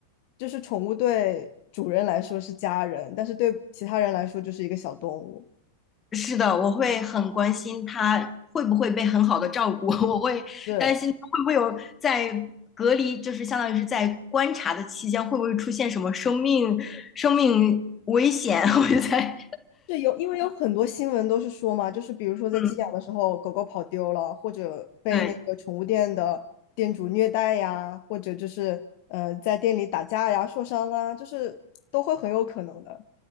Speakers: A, on the left; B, on the left.
A: 就是宠物对主人来说是家人，但是对其他人来说就是一个小动物。
B: 是的，我会很关心他会不会被很好的照顾，<laughs> 我会担心他会不会有在隔离，
A: 是，
B: 就是相当于是在观察的期间，会不会出现什么生命生命危险？<laughs> 我就在，
A: 是有，因为有很多新闻都是说嘛，就是比如说在寄养的时候，
B: 嗯，
A: 狗狗跑丢了，或者被那个宠物店的店主虐待呀，
B: 对。
A: 或者就是呃在店里打架呀、受伤啊，就是都会很有可能的。